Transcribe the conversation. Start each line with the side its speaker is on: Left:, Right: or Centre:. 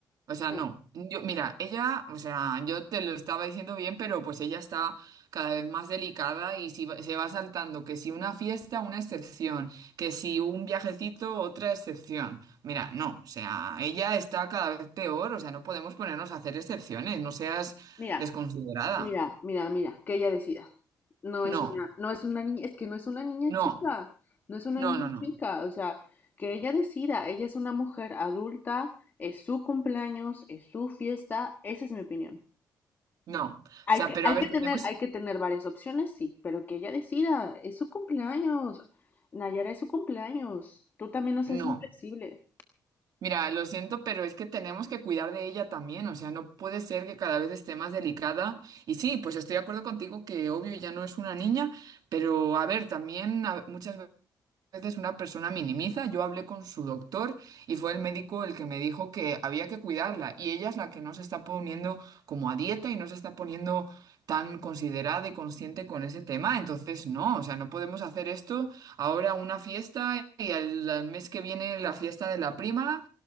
Right: O sea,
Left: No,
Right: no. Yo, mira, ella, o sea, yo te lo estaba diciendo bien, pero pues ella está cada vez más delicada y si va- se va saltando que si una fiesta, una excepción, que si un viajecito, otra excepción. Mira, no, o sea, ella está cada vez peor, o sea, no podemos ponernos a hacer excepciones, no seas
Left: Mira.
Right: desconsiderada.
Left: Mira, mira, mira, que ella decida. No
Right: No,
Left: es una, no es una niña, es que no es una niña
Right: no,
Left: chica, no es una
Right: no,
Left: niña
Right: no, no,
Left: chica, o sea, que ella decida, ella es una mujer adulta, es su cumpleaños, es su fiesta, esa es mi opinión.
Right: no. O
Left: Hay
Right: sea,
Left: que,
Right: pero
Left: hay
Right: a ver,
Left: que tener,
Right: tenemos...
Left: hay que tener varias opciones, sí, pero que ella decida, es su cumpleaños, Nayara es su cumpleaños, tú también no seas
Right: No.
Left: inflexible.
Right: Mira, lo siento, pero es que tenemos que cuidar de ella también, o sea, no puede ser que cada vez esté más delicada. Y sí, pues estoy de acuerdo contigo que obvio ya no es una niña, pero a ver, también a- muchas veces veces una persona minimiza. Yo hablé con su doctor y fue el médico el que me dijo que había que cuidarla y ella es la que no se está poniendo como a dieta y no se está poniendo tan considerada y consciente con ese tema. Entonces, no, o sea, no podemos hacer esto ahora una fiesta y al, al mes que viene la fiesta de la prima.